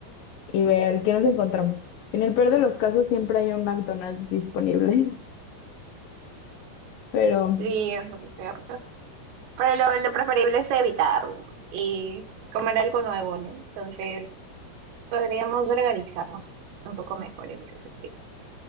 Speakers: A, on the left; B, on the right.
A: y ver qué nos encontramos. En el peor de los casos siempre hay un McDonald's disponible, <laughs> pero
B: Sí, es lo cierto. Pero lo, lo preferible es evitarlo y comer algo nuevo, ¿no? Entonces, podríamos organizarnos un poco mejor en ese sentido.